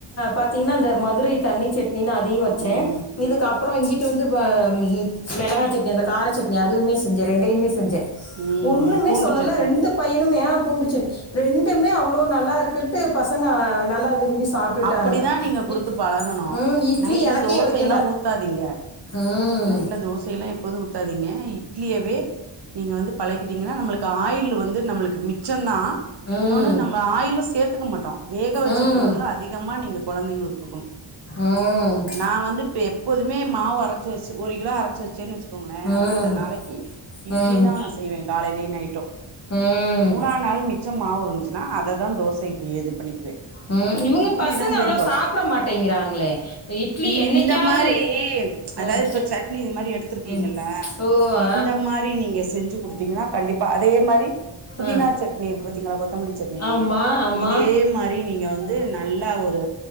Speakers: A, on the left; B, on the right.
A: பாத்திங்னா அந்த மதுரை தண்ணி சட் னினு அதையு வச்சே
B: ம்
A: இதுக்கப்புறோ இங்கிட்டு வந்து ப மெளகா சட்னி அந்த கார சட்னி அதுவுமே செஞ்சே ரெண்டயுமே செஞ்சே
B: ம்
A: ஒண்ணுமே
B: பூண்டு
A: சொல்லல
B: சட்னி
A: ரெண்டு பையனுமே பூண்டுச்சன் ரெண்டுமே அவ்ளோ நல்லாருக்குன்ட்டு பசங்க நல்லா விரும்பி சாப்ட்டுட்டானுங்க.
B: அப்புடிதா நீங்க குடுத்து
A: இட்லி
B: பழகணு
A: ம் இட்லி
B: நைட்ல
A: எனக்கே
B: தோசைல்லா
A: வைக்கல.
B: ஊத்தாதிங்க
A: ம்.
B: நைட்ல தோசை எல்லா எப் போது ஊத்தாதிங்க இட்லியவே நீங்க வந்து பழக்கிட்டிங்கனா நம்மளுக்கு ஆயில் வந்து நம்மளுக் மிச்சந்தா
A: ம்.
B: இன்னோனு நம்ம ஆயிலு சேத்துக்க மாட்டோ வேக வச்ச
A: ம்.
B: பொருளு அது மா நீங்க குழந்தைங்களுக்கு கொடுக்கணும்
A: ம்.
B: நான் வந்து இப்ப எப்போதுமே மாவுரச்ச ரைச்சு வச்சு ஒரு கிலோ அரைச்சு வச்சேன்னு வச்சுக்கோங்களே
A: ம்.
B: ஒரு ரெண்டு நாளைக்கு இட்லி
A: ம்.
B: தா நா செய்வே காலைலி நைட்டு
A: ம்.
B: மூணா நாள் மி ச்சமாவு ருந்துச்சுன்னா அததா தோசைக்கு இது பண்ணிக்குவே
A: ம். இவங்க
B: இட்லி
A: பசங்க
B: தா
A: அவ்வளோ
B: பெரும்பாலு
A: சாப்பிட மாட்டேங்கிறாங்களே! இட்லி
B: நீங்க
A: என்னைக்காவது.
B: இந்த மாரி அதாது
A: ம்.
B: இப்ப சட்னி இது மாரி எடுத்துருக்கீங்ல
A: ம். ஓ! ஆ.
B: இந்த மாரி நீங்க செஞ்சு குடுத்தீங்னா கண்டிப்பா அதே மாரி புதினா
A: ஆ.
B: சட்னி இருக்கு பத்தீங்ளா கொத்தமல்லி சட்னி
A: ஆமா, ஆமா.
B: இதே மாரி நீங்க வந்து நல்லா ஒரு